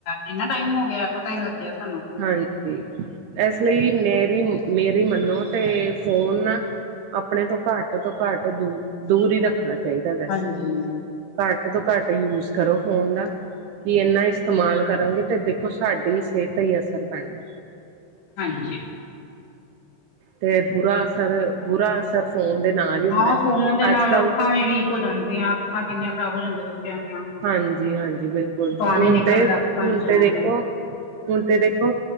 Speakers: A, on the left (about 65°); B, on the right (about 80°).
A: ਇੰਨਾ ਟਾਈਮ ਹੋ ਗਿਆ ਪਤਾ ਹੀ ਨੀ ਲੱਗਿਆ ਸਾਨੂੰ
B: ਹਾਂਜੀ ਇਸ ਲਈ ਮੇਰੀ ਮੇਰੀ ਮੰਨੋ ਤੇ ਫੋਨ ਆਪਣੇ ਤੋਂ ਘੱਟ ਤੋਂ ਘੱਟ ਦ ਦੂਰ ਹੀ ਰੱਖਣਾ ਚਾਹੀਦਾ ਵੈਸੇ
A: ਹਾਂਜੀ
B: ਘੱਟ ਤੋਂ ਘੱਟ ਯੂਜ ਕਰੋ ਫੋਨ ਦਾ ਵੀ ਇਹਨਾ ਇਸਤੇਮਾਲ ਕਰਾਂਗੇ ਤੇ ਦੇਖੋ ਸਾਡੀ ਸਿਹਤ ਦਾ ਹੀ ਅਸਰ ਪੈਣਾ
A: ਹਾਂਜੀ
B: ਤੇ ਬੁਰਾ ਅਸਰ ਬੁਰਾ ਅਸਰ ਫੋਨ ਦੇ ਨਾਲ ਹੀ ਹੁੰਦਾ
A: ਹਾਂ ਫੋਨ ਦੇ ਨਾਲ
B: ਅੱਜ ਕੱਲ
A: ਅੱਖਾਂ ਵੀ ਵੀਕ ਹੋ ਜਾਂਦੀਆਂ ਅੱਖਾਂ ਕਿੰਨੀਆਂ ਖ਼ਰਾਬ ਹੋ ਜਾਂਦੀਆਂ ਬੱਚਿਆਂ ਦੀਆਂ
B: ਹਾਂਜੀ ਹਾਂਜੀ ਬਿਲਕੁਲ
A: ਪਾਣੀ
B: ਹੁਣ
A: ਨਿਕਲਦਾ
B: ਤੇ
A: ਅੱਖਾਂ
B: ਹੁਣ
A: ਚੋਂ
B: ਤੇ ਦੇਖੋ ਹੁਣ ਤੇ ਦੇਖੋ